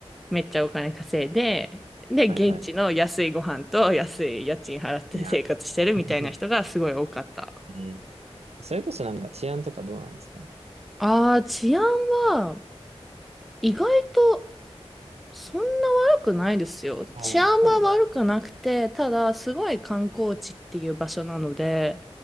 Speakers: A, in the centre; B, on the right (about 75°).
A: めっちゃお金稼いで、で、現地の安いご飯と安い家賃払って生活してるみたいな人がすごい多かった。
B: はいはい。いや。<laughs> えーそれこそなんか治安とかどうなんですか
A: ああ、治安は、意外とそんな悪くないですよ。
B: ああそうなんだ
A: 治安は悪くなくて、ただ、すごい観光地っていう場所なので、